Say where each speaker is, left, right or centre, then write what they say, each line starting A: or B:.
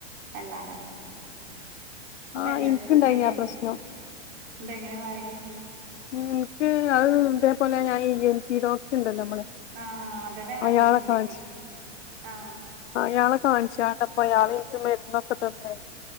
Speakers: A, on the right; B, on the left.
A: അല്ലാതെ... അപ്പ
B: ആഹ്
A: എന്റോസ്കോപ്പി
B: ഇനിക്കുണ്ടായിനി
A: ചെയ്യാന.
B: ആ പ്രശ്നം
A: ണ്ടെങ്ങനെ മാറിയെ?
B: ഇൻക്ക് അത് ഇതേപോലെ ഞാന് ഇ എൻ ടി ഡോക്ട് ഇണ്ടല്ലോ നമ്മളെ
A: ആഹ്, അതന്നെ കാണിച്ചെക്ണ്.
B: അയാളെ
A: ഇ.
B: കാണിച്ച്
A: എൻ. ഡി. ആഹ്
B: അയാളെ കാണിച്ചാണ്ട് ഇപ്പൊ അയാള് ഇൻക്ക് മരുന്നൊക്കെ തന്ന്.